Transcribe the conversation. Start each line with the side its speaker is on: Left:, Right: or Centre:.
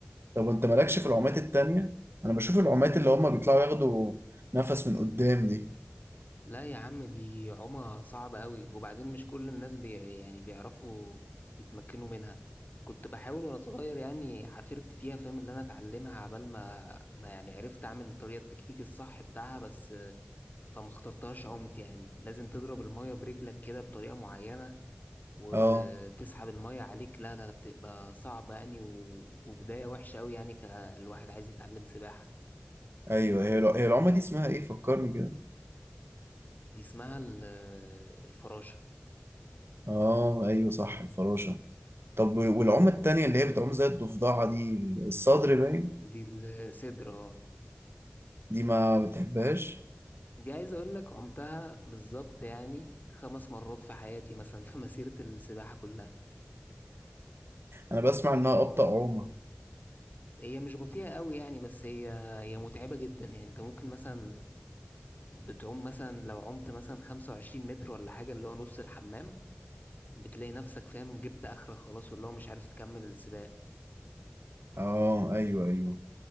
Right: طب انت مالكش في العومات التانية انا بشوف العومات اللي هم بيطلعوا ياخدوا نفس من قدام دي
Left: لا يا عم دي عومة صعبة قوي وبعدين مش كل الناس بي يعني بيعرفوا يتمكنوا منها كنت بحاول وانا صغير يعني عافرت فيها فاهم اللي انا اتعلمها عبال ما ما يعني عرفت اعمل الطريقة التكتيك الصح بتاعها بس فما اخترتهاش عومة يعني لازم تضرب المية برجلك كده بطريقة معينة وتسحب
Right: اه
Left: المية عليك لا لا لا بتبقى صعبة يعني و... وبداية وحشة قوي يعني كالواحد عايز يتعلم سباحة
Right: ايوه هي الع- هي العومه دي اسمها ايه فكرني كده
Left: دي اسمها ال- الفراشة
Right: اه ايوه صح الفراشه طب والعومه التانية اللي هي بتعوم زي الضفدعه دي الصدر باين
Left: دي الصدر اه
Right: دي ما بتحبهاش
Left: دي عايز اقول لك عمتها بالظبط يعني خمس مرات في حياتي مثلا في <laughs> مسيرة السباحة كلها
Right: انا بسمع انها ابطأ عومه
Left: هي مش بطيئة قوي يعني بس هي هي متعبة جدا يعني انت ممكن مثلا بتعوم مثلا لو عمت مثلا 25 متر ولا حاجة اللي هو نص الحمام بتلاقي نفسك فاهم جبت اخرك خلاص واللي هو مش عارف تكمل السباق
Right: اه ايوه ايوه